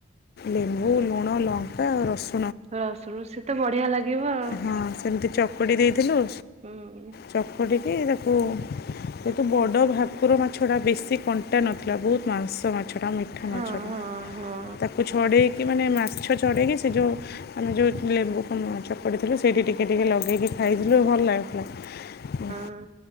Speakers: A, on the left; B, on the right.
A: ଲେମ୍ବୁ ଲୁଣ ଲଙ୍କା ରସୁ
B: ରସରୁ ସେ ତ ବଢିଆ ଲାଗିବ ଆଉ।
A: ହଁ ସେମିତି ଚକୁଡ଼ି ଦେଇଥିଲୁ।
B: ହୁଁ।
A: ଚକଟିକି ତାକୁ କେତୁ ବଡ ଭାକୁର ମାଛ ଟା ବେଶୀ କଣ୍ଟା ନଥିଲା ବହୁତ ମାଂସ ମା ମାଛ ଟା ମିଠା
B: ହଁ
A: ମାଛ ଟା
B: ହଁ ହଁ
A: ତାକୁ ଛଡେଇକି ମାନେ ମାଛ ଚଢେଇକି ସେ ଯୋଉ ଆମେ ଯେଉଁ ଲେମ୍ବୁ କୁ ଚକଟିଥିଲୁ ସେଇଠି ଟିକେ ଟିକେ ଲଗକି ଖାଇଥିଲୁ ଭଲ ଲାଗୁଥିଲା। ହୁଁ।
B: ହଁ।